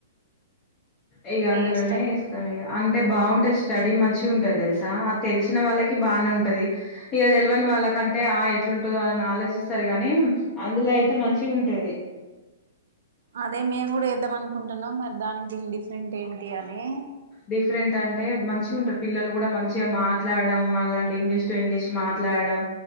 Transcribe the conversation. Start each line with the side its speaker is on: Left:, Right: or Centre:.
Left: ఇగ అందులోనే
Right: ఎస్ట
Left: ఎస్తం ఇగ అంటే బాగుంటది స్టడీ మంచిగా ఉంటది తెలుసా తెలిసిన వాళ్ళకి బానే ఉంటది ఇగ తెలవని వాళ్ళకంటే ఆ ఎట్లుంటదో అనిన ఆలోచిస్తరు గాని అందులో
Right: ఉమ్
Left: అయితే మంచిగ ఉంటది
Right: అదే మేము కూడ ఎద్దాం అనుకుంటున్నాం మరి దానికి దీనికి డిఫరెంట్ ఏంటి అని
Left: డిఫరెంట్ అం అంటే మంచిగ ఉంటారు పిల్లలు కూడా మంచిగా మాట్లాడం మళ్లాంటి ఇంగ్లీష్ టు ఇంగ్లీష్ మాట్లాడడం